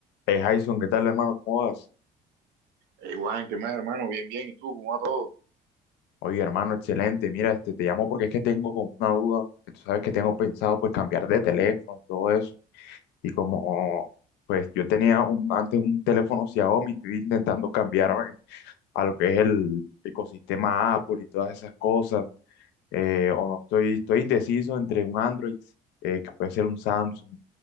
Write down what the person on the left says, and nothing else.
Eh, Jason, ¿qué tal, hermano? ¿Cómo vas?
Oye, hermano, excelente. Mira, este, te llamo porque es que tengo como una duda. que Tú sabes que tengo pensado, pues, cambiar de teléfono y todo eso. Y como, pues, yo tenía un- antes un teléfono Xiaomi, estoy intentando cambiarme a lo que es el ecosistema Apple y todas esas cosas. Eh, o no, estoy, estoy indeciso entre un Android, eh, que puede ser un Samsung,